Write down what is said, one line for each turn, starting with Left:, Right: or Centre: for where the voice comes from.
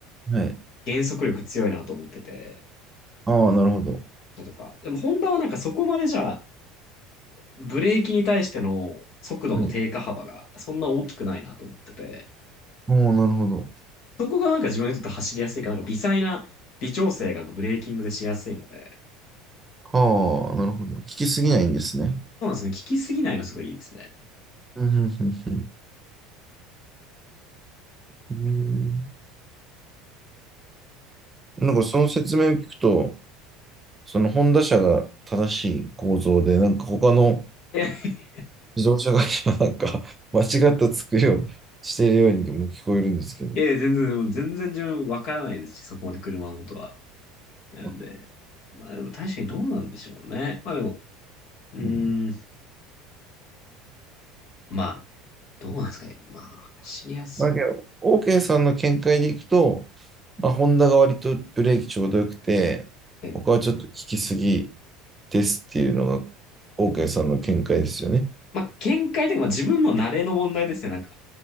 Right: はい。
Left: 減速力強いなと思ってて。
Right: ああ、なるほど。
Left: とか。でも、ホンダはなんかそこまでじゃあ、ブレーキに対しての速度の低下幅がそんな大きくないなと思ってて、
Right: はい。ああ、なるほど。
Left: そこがなんか自分にとって走りやすいか、なんか微細な微調整がブレーキングでしやすいので、
Right: ああ、なるほど。効きすぎないんですね。
Left: そうなんですね。聞きすぎないのすごいいいですね。
Right: うん、うん、うん。うんうんなんかその説明を聞くと、そのホンダ車が正しい構造で、なんか他の
Left: いや、い
Right: 自動車会社はなんか <laughs> 間違った作りをしているようにも聞こえるんですけど。
Left: や、全然、全然自分わからないですし、そこまで車のことは。なんで、
Right: あ
Left: まあでも確かにどうなんでしょうね。まあでも、うーん、
Right: うん
Left: まあ、どうなんですかね。まあ、走りやすく
Right: だけど、OK さんの見解でいくと、まあ、ホンダが割とブレーキちょうどよくて、
Left: て、
Right: 他はちょっと効きすぎですっていうのが OK さんの見解ですよね。
Left: まあ、見解というか、まあ、自分の慣れの問題ですね。なんか、